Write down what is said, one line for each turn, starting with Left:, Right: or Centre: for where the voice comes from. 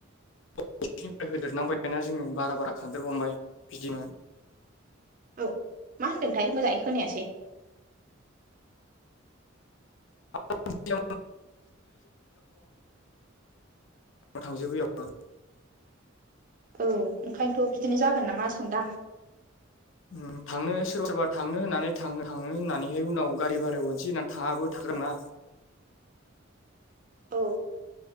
Left: <inaudible> निफ्राय होदेरनांबायना जोङो बारा बारा खांदेर बांबाय बिदिनो।
Right: औ। मा होनदोंथाइ? मोजाङै खोनायासै।
Left: <inaudible> थांजोबैयावनो
Right: औ ओंखायनोथ' बिदिनो जागोन नामा सान्दां।
Left: उम थाङो सोरबा सोरबा थांनो होननानै थाङो थाङो होननानैहाय उनाव गारि भारायाव होनोसै होननानै थाङाबो। था जोगोन ना
Right: औ